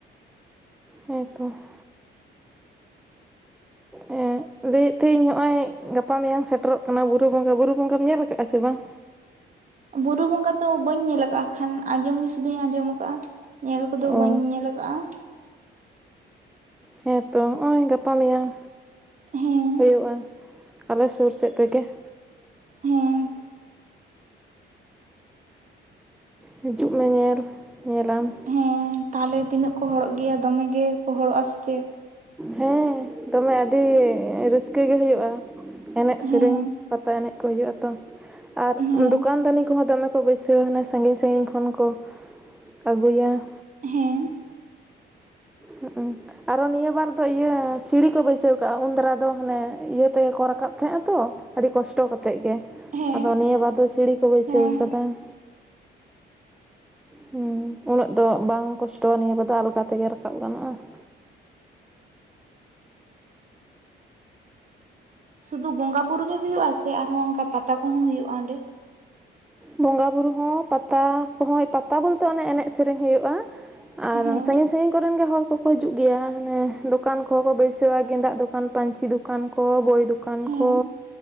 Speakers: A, in the centre; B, on the right.
A: ᱦᱮᱸ ᱛᱚ ᱾ ᱦᱸ ᱞᱟᱹᱭᱮᱫ ᱛᱟᱦᱮᱤᱧ ᱱᱚᱜᱼᱚᱭ ᱜᱟᱯᱟ ᱢᱮᱭᱟᱝ ᱥᱮᱴᱮᱨᱚᱜ ᱠᱟᱱᱟ ᱵᱩᱨᱩ ᱵᱚᱸᱜᱟ, ᱵᱩᱨᱩ ᱵᱚᱸᱜᱟᱢ ᱧᱮᱞ ᱟᱠᱟᱫᱼᱟ ᱥᱮ ᱵᱟᱝ?
B: ᱵᱩᱨᱩ ᱵᱚᱸᱜᱟ ᱛᱚ ᱵᱟᱹᱧ ᱧᱮᱞ ᱟᱠᱟᱜᱼᱟ ᱠᱷᱟᱱ ᱟᱸᱡᱚᱢᱜ ᱥᱩᱫᱷᱩᱧ ᱟᱸᱡᱚᱢ ᱠᱟᱜᱼᱟ ᱾ ᱧᱮᱞ ᱠᱚᱫᱚ
A: ᱚ
B: ᱵᱟᱹᱧ ᱧᱮᱞ ᱠᱟᱜᱼᱟ ᱾
A: ᱦᱮᱸ ᱛᱚ ᱱᱚᱜᱼᱚᱭ ᱜᱟᱯᱟ ᱢᱮᱭᱟᱝ
B: ᱦᱮᱸ
A: ᱦᱳᱭᱳᱜᱼᱟ ᱾ ᱟᱞᱮ ᱥᱳᱨ ᱥᱮᱫ ᱨᱮᱜᱮ ᱾
B: ᱦᱮᱸ ᱾
A: ᱦᱤᱡᱩᱜ ᱢᱮ ᱧᱮᱞ, ᱧᱮᱞᱟᱢ ᱾
B: ᱦᱮᱸ ᱛᱟᱦᱚᱞᱮ ᱛᱤᱱᱟᱹᱜ ᱠᱚ ᱦᱚᱲᱚᱜ ᱜᱮᱭᱟ ᱫᱚᱢᱮ ᱜᱮᱠᱚ ᱦᱚᱲᱚᱜᱼᱟ ᱥᱮ ᱪᱮᱫ?
A: ᱦᱮᱸ ᱫᱚᱢᱮ ᱟᱹᱰᱤ ᱨᱟᱹᱥᱠᱟᱹ ᱜᱮ ᱦᱳᱭᱳᱜᱼᱟ ᱮᱱᱮᱡ ᱥᱮᱨᱮᱧ,
B: ᱦᱮᱸ
A: ᱯᱟᱛᱟ ᱮᱱᱮᱡ ᱦᱳᱭᱳᱜ ᱟ ᱛᱚ ᱟᱨ
B: ᱦᱮᱸ
A: ᱫᱚᱠᱟᱱ ᱫᱟᱱᱤ ᱠᱚᱦᱚᱸ ᱫᱚᱢᱮ ᱠᱚ ᱠᱚ ᱵᱟᱹᱭᱥᱟᱹᱣᱼᱟ ᱦᱟᱱᱮ ᱥᱟᱹᱜᱤᱧ ᱥᱟᱹᱜᱤᱧ ᱠᱷᱚᱱ ᱠᱚ ᱟᱹᱜᱩᱭᱟ ᱾
B: ᱦᱮᱸ ᱾
A: ᱦᱩᱸᱜ ᱩᱸ ᱾ ᱟᱨᱚ ᱱᱤᱭᱟᱹ ᱵᱟᱨ ᱫᱚ ᱤᱭᱟᱹ ᱥᱤᱲᱤ ᱠᱚ ᱵᱟᱹᱭᱥᱟᱹᱣ ᱠᱟᱜᱼᱟ ᱩᱱ ᱫᱨᱟ ᱫᱚ ᱦᱟᱱᱮ ᱤᱭᱟᱹ ᱛᱮᱜᱮ ᱠᱚ ᱨᱟᱠᱟᱵ ᱛᱟᱦᱮᱸᱜ ᱟ ᱛᱚ ᱟᱹᱰᱤ ᱠᱚᱥᱴᱚ ᱠᱟᱛᱮᱫ ᱜᱮ ᱾
B: ᱦᱮᱸ
A: ᱟᱫᱚ ᱱᱤᱭᱟᱹ ᱵᱟᱨ ᱫᱚ ᱥᱤᱲᱤ ᱠᱚ ᱵᱟᱹᱭᱥᱟᱹᱣ
B: ᱦᱮᱸ
A: ᱠᱟᱫᱟ ᱾ ᱦᱩᱸ, ᱩᱱᱟᱹᱜ ᱫᱚ ᱵᱟᱝ ᱠᱚᱥᱴᱚᱣᱟ ᱱᱤᱭᱟᱹ ᱵᱟᱨ ᱫᱚ ᱟᱞᱜᱟ ᱛᱮᱜᱮ ᱨᱟᱠᱟᱵ ᱨᱟᱠᱟᱵ ᱜᱟᱱᱚᱜᱼᱟ ᱾
B: ᱥᱩᱫᱷᱩ ᱵᱚᱸᱜᱟ ᱵᱩᱨᱩ ᱜᱮ ᱦᱳᱭᱳᱜ ᱥᱮ ᱟᱨᱦᱚᱸ ᱚᱱᱠᱟ ᱯᱟᱛᱟ ᱠᱚ ᱦᱚᱸ ᱦᱳᱭᱳᱜᱼᱟ ᱚᱸᱰᱮ?
A: ᱵᱚᱸᱜᱟᱼᱵᱩᱨᱩ ᱦᱚᱸ ᱯᱟᱛᱟ ᱠᱚᱦᱚᱸ, ᱯᱟᱛᱟ ᱵᱚᱞᱛᱮ ᱚᱱᱮ ᱮᱱᱮᱡ ᱥᱮᱨᱮᱧ ᱦᱳᱭᱳᱜᱼᱟ ᱾ ᱟᱨ
B: ᱦᱮᱸ
A: ᱥᱟᱹᱜᱤᱧ ᱥᱟᱹᱜᱤᱧ ᱠᱚᱨᱮᱱ ᱜᱮ ᱦᱚᱲ ᱠᱚᱠᱚ ᱦᱤᱡᱩᱜ ᱜᱮᱭᱟ ᱦᱟᱱᱮ ᱫᱚᱠᱟᱱ ᱠᱚᱦᱚᱸ ᱠᱚ ᱵᱟᱹᱭᱥᱟᱣᱟ ᱜᱮᱸᱫᱟᱜ ᱫᱚᱠᱟᱱ ᱯᱟᱹᱧᱪᱤ ᱫᱚᱠᱟᱱ ᱠᱚ ᱵᱳᱭ ᱫᱚᱠᱟᱱ ᱠᱟᱱ
B: ᱦᱮᱸ
A: ᱠᱚ